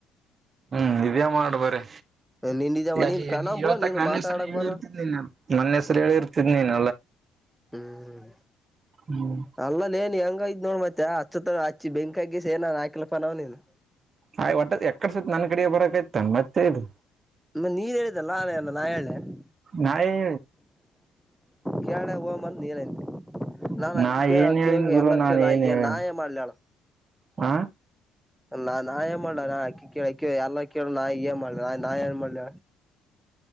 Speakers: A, on the right; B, in the centre.
A: ಹ್ಮ್ ಇದೆ ಮಾಡ್ ಬಾರಿ
B: ನಿನ್ ಇದಾವ
A: ಅಲ್ಲಿ
B: ನೀನ್ ಕಣ ಬಿಡು ನೀನ್
A: ನನ್ನ
B: ಮಾತಾಡಕ್
A: ಹೆಸರು ಹೇಳಿರ್ತಿ
B: ಬರ
A: ನೀನು ನನ್ನ ಹೆಸರು ಹೇಳಿರ್ತಿ ನೀನ್
B: ಹ್ಮ್
A: ಹ್ಮ್
B: ಅಲಲ್ಲೇ ನೀನು ಹೆಂಗ್ ನೋಡ್ ಮತ್ತೆ ಹಚ್ಚತ್ರ ಹಚ್ಚಿ ಬೆಂಕಿ ಹಾಕಿ ಸೇನ ಹಾಕಿಲಪ್ಪ ನಾವ್ನನ್
A: ಆಯ್ ಒಟ್ಟದ ಎಕಡೆ ಸತ್ ನನ್ ಕಡೆ ಬರಾಕೈತ ಮತ್ತೆ ಇದು
B: ನೀನು ಹೇಳಿದಲ್ಲ ನಾನ್ ಹೇಳೆಲೆನು
A: ನಾ ಏನ್
B: ಕೇರಳಕೆ ಹೋಗನು ಅಂತ ನೀನೇ ಹೇಳಿದೆ
A: ಹೇಳಿನಿ
B: ನಾನ್ ಅಕ್ಕಿ
A: ನಾ
B: ಕೇಳಿಎಲ್ಲಾರ
A: ಏನ್ ಹೇಳಿನಿ ಗುರು ನಾನ್
B: ಕೇಳಲನ್
A: ಏನ್ ಹೇಳಿನಿ
B: ನಾನ್ ಏನ್ ಮಾಡ್ಲಿ ಹೇಳು
A: ಹ
B: ನಾ ನಾ ಏ ಮಾಡ್ ನಾ ಅಕ್ಕಿ ಕೇಳ ಎಲ್ಲ ಕೇಳ ನಾ ಏ ಮಾಡ್ಲ ನ ನಾ ಏನ್ ಮಾಡ್ಲ